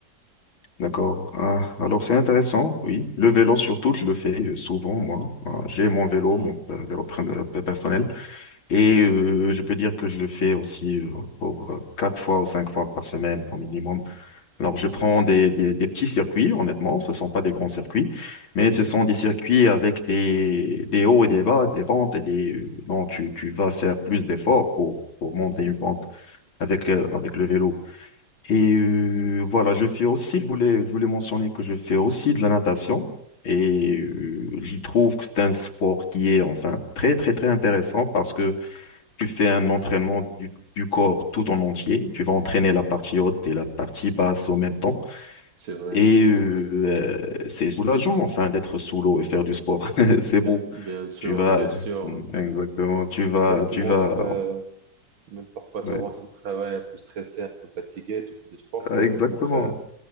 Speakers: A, on the left (about 80°); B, on the right (about 75°).
A: D'accord. Ah, alors c'est intéressant, oui. Le vélo surtout, je le fais euh, souvent, moi. Ah, j'ai mon vélo,
B: Hmm.
A: mon euh, vélo pre- euh, personnel. Et euh, je peux dire que je le fais aussi euh, pour euh, quatre fois ou cinq fois par semaine au minimum. Alors je prends des, des, des petits circuits, honnêtement, ce ne sont pas des grands circuits, mais
B: Mhm,
A: ce sont des circuits avec des, des hauts et des bas, des pentes et des... euh, Non, tu, tu vas faire plus d'efforts pour, pour monter
B: mhm.
A: une pente avec, euh, avec le vélo. Et euh, voilà, je fais aussi, je voulais, je voulais mentionner que je fais aussi de la natation. Et euh, je trouve que c'est un sport qui est enfin très, très, très intéressant parce que tu fais un entraînement du, du corps tout en entier. Tu vas entraîner la partie haute et la partie basse en même temps.
B: C'est vrai,
A: Et euh, euh, c'est soulageant enfin d'être sous l'eau et faire du sport. <laughs> C'est
B: bien,
A: beau.
B: bien sûr,
A: Tu vas,
B: bien sûr.
A: exactement, tu vas,
B: Même tu
A: tu
B: rentres,
A: vas,
B: euh, même parfois tu
A: ouais,
B: rentres du travail un peu stressé, un peu fatigué, tu fais du sport, ça va
A: exactement.
B: te mettre, à-